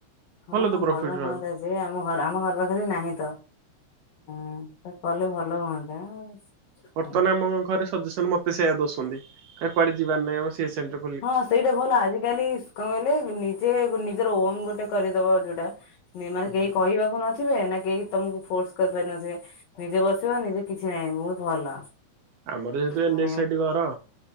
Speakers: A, on the left; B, on the right.
A: ହଁ
B: ତ ପ୍ରଫିଟ
A: ଭଲ
B: ରହିବ।
A: ହୁଅନ୍ତା ଯେ ସେ ଆମ ଘର ଆମ ଘର ପାଖରେ ନାହିଁ ତ। ହୁଁ କଲେ ଭଲ ହୁଅନ୍ତା।
B: ବର୍ତ୍ତମାନ
A: ହୁଁ
B: ଆମ ଘରେ ସଜେସନ ମତେ ସେଇଆ ଦେଉଛନ୍ତି। କୁଆଡେ ଯିବାର ନାହିଁ ଆମ ସୀ ଏ ସେଣ୍ଟ
A: ହଁ ସେଇଟା ଭଲ ଆଜିକାଲି କଣ କହିଲେ ନି ଯେ ନିଜର ଓନ୍ ଗୋଟେ କରିଦବ ଯୋଉଟା ମାନେ
B: ହୁଁ।
A: କେହି କହିବାକୁ ନ ଥିବେ ନା କେହି ତମକୁ ଫୋର୍ସ କରିପାରି ନଥିବେ। ନିଜେ ବସିବ ନିଜେ କିଛି ନାହିଁ ବହୁତ ଭଲ।
B: ଆମର ଯେହେତୁ ଏନ୍
A: ମାନେ
B: ଏଚ ସାଇଡି ଘର